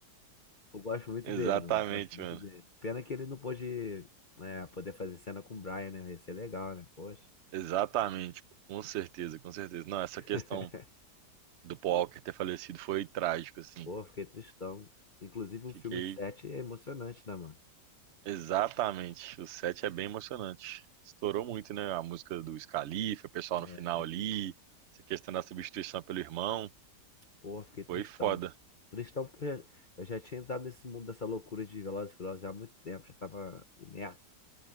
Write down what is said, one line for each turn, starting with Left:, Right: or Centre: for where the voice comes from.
Left: Eu gosto muito
Right: Exatamente,
Left: dele, mano. Eu gosto muito
Right: mano.
Left: dele. Pena que ele não pôde, é, poder fazer cena com o Brian, né? Ia ser legal, né? Poxa.
Right: Exatamente, pô. Com certeza, com certeza. Não, essa questão
Left: <laughs>
Right: do Paul Walker ter falecido foi trágico, assim.
Left: Pô, fiquei tristão. Inclusive,
Right: Fiquei
Left: o filme 7 é emocionante, né, mano?
Right: exatamente. O set é bem emocionante. Estourou muito, né? A música do Scalifa, o pessoal no
Left: É,
Right: final ali, essa questão da substituição pelo irmão.
Left: pô, fiquei tristão.
Right: Foi foda.
Left: Tristão porque eu já, eu já tinha entrado nesse mundo dessa loucura de Velozes e Furiosos já há muito tempo, já tava imerso.